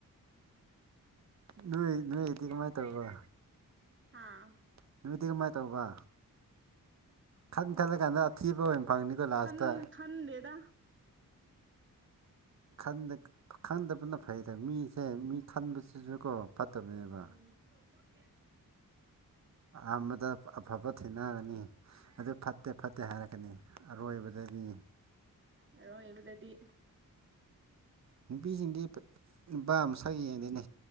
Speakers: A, on the right (about 50°); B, on the right (about 35°).
A: ꯅꯣꯏ ꯅꯣꯏꯒꯤꯗꯤ ꯀꯃꯥꯏꯅ ꯇꯧꯕ
B: ꯑꯥ
A: ꯅꯨꯃꯤꯠꯇꯤ ꯀꯃꯥꯏꯅ ꯇꯧꯕ ꯈꯟ ꯈꯜꯂ ꯀꯥꯟꯗ ꯑꯊꯤꯕ ꯑꯣꯏꯅ ꯐꯪꯅꯤꯀꯣ ꯂꯥꯁꯇ
B: ꯈꯟ ꯈꯟꯗꯦꯗ
A: ꯈꯟ ꯈꯟꯗꯕꯅ ꯐꯩꯗ ꯃꯤꯁꯦ ꯃꯤ ꯈꯟꯕꯁꯤꯁꯨ ꯀꯣ ꯐꯠꯇꯕꯅꯦꯕ
B: ꯎ <inaudible>
A: ꯑꯍꯥꯟꯕꯗ ꯑꯐꯕ ꯊꯦꯡꯅꯔꯅꯤ ꯑꯗꯨ ꯐꯠꯇꯦ ꯐꯠꯇꯦ ꯍꯥꯏꯔꯛꯀꯅꯤ ꯑꯔꯣꯏꯕꯗꯅꯤ
B: ꯑꯔꯣꯏꯕꯗꯗꯤ
A: ꯅꯨꯄꯤꯁꯤꯡꯗꯤ ꯅꯨꯄꯥ ꯃꯁꯛꯒꯤ ꯌꯦꯡꯗꯦꯅꯦ